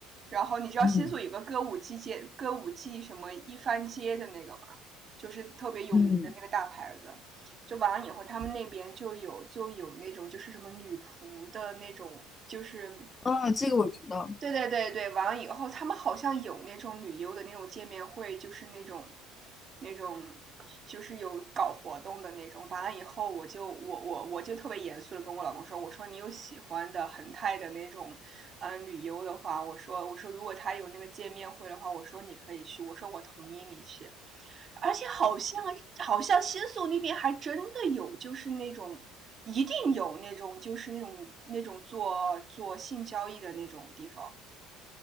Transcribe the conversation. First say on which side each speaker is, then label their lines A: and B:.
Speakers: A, on the right; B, on the left.
A: 然后你知道新宿有个歌舞伎街，
B: 嗯
A: 歌舞伎什么一番街的那个吗？就是特别有名的那个大牌子。
B: 嗯，
A: 就完了以后，他们那边就有就有那种就是什么女仆的那种，就是
B: 啊，这个我知道，
A: 对对对对，完了以后，他们好像有那种旅游的那种见面会，就是那种，那种就是有搞活动的那种。完了以后，我就我我我就特别严肃的跟我老公说，我说你有喜欢的恒泰的那种，嗯、旅游的话，我说我说如果他有那个见面会的话，我说你可以去，我说我同意你去。而且好像好像新宿那边还真的有，就是那种一定有那种就是那种那种做做性交易的那种地方。